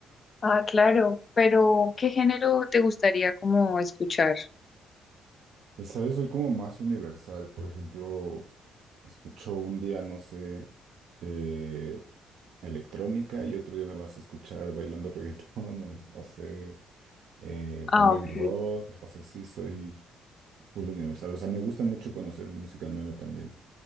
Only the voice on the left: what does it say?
Ah, claro, pero ¿qué género te gustaría como escuchar?
Ah,
ok.